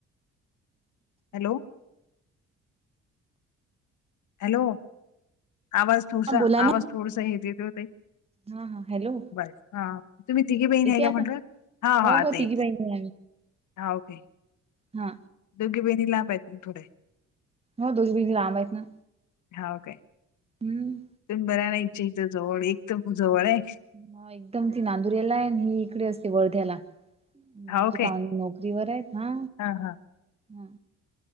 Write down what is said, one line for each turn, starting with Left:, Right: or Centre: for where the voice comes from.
Left: हॅलो हॅलो आवाज थोडसा
Right: हा बोला ना
Left: आवाज थोडसा हेे होते
Right: हा हा हॅलो
Left: बरं हा. तुम्ही दिघी बहीणी
Right: येते
Left: आहे का
Right: आता
Left: म्हटलं हा
Right: हो,
Left: हा
Right: हो.
Left: आता
Right: तिघी
Left: येतय
Right: बहिणी
Left: हा ओके
Right: हा..
Left: दोघी बहिणी लांब आहेत थोडे
Right: हो दोन्ही भैनी लांब आहेत ना
Left: हाव काय?
Right: हम्म..
Left: तुम ब्या नाही इच्छाित जवळ एक तर जवळ आहे..
Right: ह एकदम ती नांदुरेला आहे ही इकडे असते वर्ध्याला म्हणजे
Left: हां, ओके.
Right: पाहुणे नोकरीवर आहेत हा.
Left: हां, हां.
Right: हा..